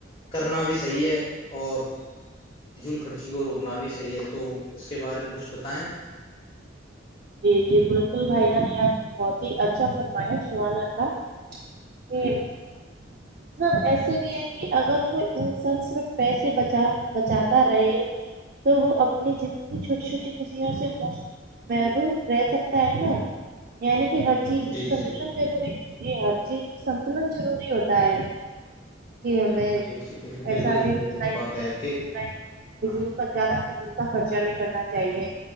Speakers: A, on the left; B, on the right.
A: کرنا بھی صحیح ہے اور جل خرچی کو روکنا بھی صحیح ہے تو اس کے بارے میں کچھ بتائیں
B: جی جی بالکل بھائی جان یہ آپ نے بہت ہی اچھا فرما ہے شہان اللہ ا <unintelligible> مطلب ایسے بھی ہے کہ اگر کوئی انسان صرف پیسے بچا بچاتا رہے تو وہ اپنی زندگی چھوٹی چھوٹی خوشیوں سے ر رہ سکتا ہے نا یعنی کہ ہر چیز میں
A: جی
B: سنتلن
A: جی بال-
B: ضروری جی ہر چیز میں سنتلن ضروری ہوتا ہے کہ ہمیں
A: جی جی بالکل
B: پیسا
A: بالکل صحیح
B: بھی اتنا ہیتنا
A: بات ہے کہ
B: ہی
A: ہاں
B: فض پر زیادہ کا خرچہ نہیں کرنا چاہیے